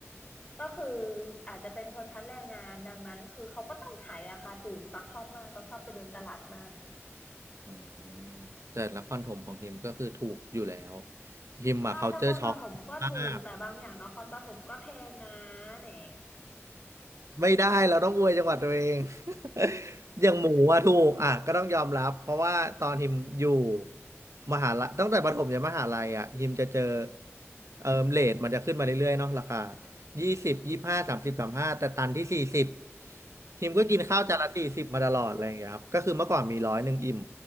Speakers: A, on the left; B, on the right.
A: ก็คืออาจจะเป็นชนชั้นแรงงานดังนั้นคือเขาก็ต้องขายราคาถูกตักชอบมากตักชอบไปเดินตลาดมาก
B: อืมแต่ละครถมของฮิมก็คือถูกอยู่แล้วฮิมอะ
A: ใช่นครปฐมก็ถูกแต่บางอย่างนครปฐมก็แพงนะ
B: culture shock มาก
A: แหม
B: ไม่ได้เราต้องอวยจังหวัดตัวเอง <laughs> อย่างหมูอะถูกอ่ะก็ต้องยอมรับเพราะว่าตอนฮิมอยู่มหาลัยตั้งแต่ประถมยันมหาลัยอะฮิมจะเจอเอ่อเรทมันจะขึ้นมาเรื่อยๆเนาะราคายี่สิบยี่สิบห้าสามสิบสามห้าแต่ตันที่สี่สิบฮิมก็กินข้าวจานละสี่สิบมาตลอดอะไรอย่างเงี้ยครับก็คือเมื่อก่อนมีร้อยหนึ่งอิ่ม
A: อืม